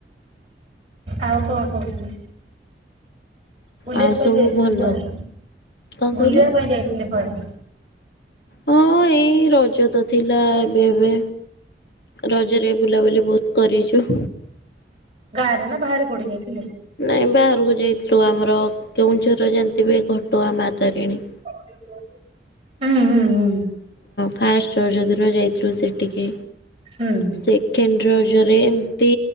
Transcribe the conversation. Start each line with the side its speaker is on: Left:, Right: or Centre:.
Right: ଆଉ କଣ କହୁଛନ୍ତି ବୁଲିବା
Left: ଆଉ
Right: ପାଇଁ
Left: ସବୁ
Right: ଯାଇଥିଲି
Left: ଭଲ
Right: କୁଆଡେ
Left: କଣ
Right: ବୁଲିବା
Left: କହିଲେ?
Right: ପାଇଁ ଯାଇଥିଲି କୁଆଡେ
Left: ହଁ ଏଇ ରଜ ତ ଥିଲା ଏବେ ଏବେ ରଜରେ ବୁଲାବୁଲି ବହୁତ କରିଛୁ
Right: ଗାଁରେ ନା ବାହାରେି ପୋଡି ଯାଇଥିଲେି
Left: କାଇ ବାହାରକୁ ଯାଇଥିଲୁ ଆମର କେଉଁଝର ଯେମିତି ବି ଘଟୁଆ ମା ତାରିଣୀ
Right: ହୁଁ ହୁଁ ହୁଁ
Left: ଫାଷ୍ଟଯ୍ୟଦିନ ଯାଇଥିଲୁ ସେ ଟିକି
Right: ହୁଁ
Left: ସେ କେଜରେ ଏମିତି